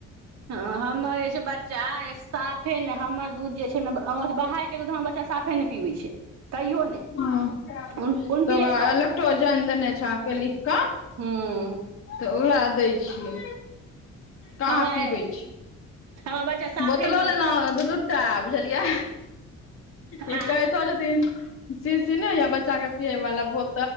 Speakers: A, on the right (about 60°); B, on the left (about 45°).
A: ह हमर जे छै बच्चा साफे ने हमर दूध जे छै ने आ बाहर के दूध हमर बच्चा साफे नहि पीबै छै कहियो नहि।
B: ह तऽ
A: उन उल्टिए
B: ओकरा
A: कऽ देत
B: लैक्टोजैन देने छै आके लिख कऽ।
A: हूँ
B: तऽ उएह दै छियै कहाँ
A: हमरा
B: पीबै छै।
A: हमर बच्चा साफे
B: बोतलो
A: नहि ओ
B: लेलहु दू -दूटा बुझलियै ई
A: आँय
B: कह कहे छथिन शीशी नै हौया बच्चा के पियएवला बह